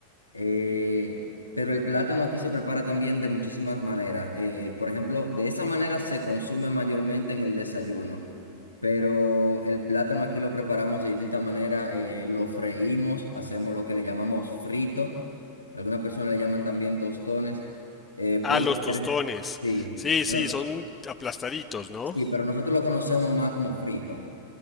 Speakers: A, on the left; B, on the left.
A: Eh, pero el plátano aquí se prepara también de muchísimas maneras. Eh, por ejemplo, de esa manera se consume mayormente en el desayuno. Pero el plátano aquí lo preparamos de distinta manera. eh, lo freímos, hacemos lo que le llamamos frito. Algunas personas le llaman también tostones. eh, puede
B: Ah, los tostones.
A: ser, sí,
B: Sí,
A: pero,
B: sí, son aplastaditos, ¿no?
A: sí, pero nosotros lo conocemos más como frito.